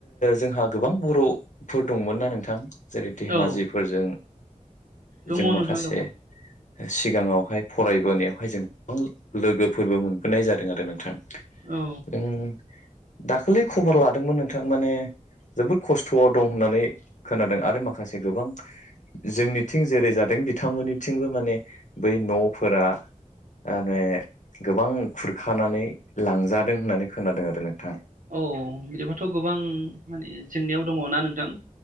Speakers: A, on the left; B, on the right.
A: जोंहा गोबां बर'फोर दंमोन ना नोंथां जेरै धेमाजिफोरजों
B: औ दङ
A: जों
B: नोंथां
A: माखासे
B: दङ
A: सिगांङावहाय फरायबोनायावहाय जों गोबां लोगोफोरबो मोनोन होनाय जादों आरो नोंथां
B: औ
A: जों दाखालि खबर लादोंमोन नोंथां माने जोबोद खस्थ'आव दं होननानै खोनादों आरो माखासे गोबां जोंनिथिं जेरै जादों बिथांमोननिथिंबो माने बै न'फोरा माने गोबां खुरखानानै लांजादों होननानै खोनादों आरो नोंथां
B: औ बिदिबाथ' गोबां माने जेंनायाव दंङोना नोंथां